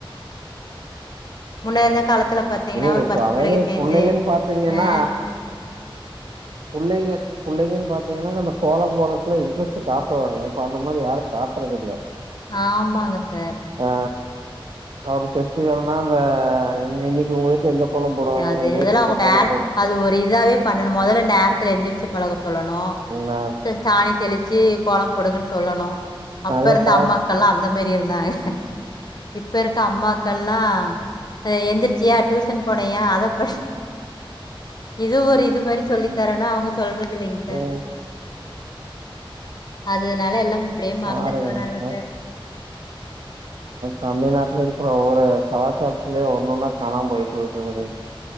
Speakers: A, on the left (about 45°); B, on the right (about 60°).
A: முன்னா இருந்த காலத்துல பாத் த்தீங்ன்னா
B: இல்ல இல்ல
A: ஒரு
B: இப்ப
A: பத்து
B: அதாவது
A: பிள்ளைங்க சேர்ந்து
B: புள்ளைகன்னு பாத்தீங்கன்னா
A: ஆ
B: புள்ளைங்க புள்ளைங்கன்னு பாத்தீங்கன்னா அந்த கோலம் போட்றதுக்குலா இன்ட்ரெஸ்ட் காட்டுவாங்க இப்ப அந்த மாரி யாரும் காட்றது இல்ல
A: ஆமாங்க சார்
B: ஆ ஒரு பெஸ்டிவல்னா அந்த இன்னைக்கு உங்கச்சும் எந்த கோலம் போடுவாங்க
A: அது
B: ரேட்டு
A: அதெல்லா
B: வந்து
A: அவங்க
B: கோல்லம் போடு
A: அது ஒரு இதாவே பண்ணணும் முதல்ல நேரத்துல எந்திரிச்சு பழக சொல்லணும்
B: நா
A: சாணி தெளிச்சு கோலம் போடுங்கன்னு சொல்லணும் அப்ப
B: நெறைய
A: இருந்த
B: கோலம்
A: அம்மா க்கெல்லாம் அந்த மாரி இருந்தாங்க இப்ப இருக்க அம்மாக்கல்லாம் எந்திரிச்சியா டியூசன் போனையா அத படி இது ஒரு இது மாரி சொல்லித்தரணும் அவுங்க சொல்றது இல்லைங்க சார்
B: ம்
A: அதனால எல்லாம் இப்டியே
B: பாருங்க
A: மறந்துட்டு வர்றாங்க
B: அஹ்
A: சார்
B: தமிழ்நாட்டுல இருக்கிற ஒவ்வொரு கலாச்சாரத்திலயு ஒண்ணுன்னா காணாம போயிட்டு வருதுங்க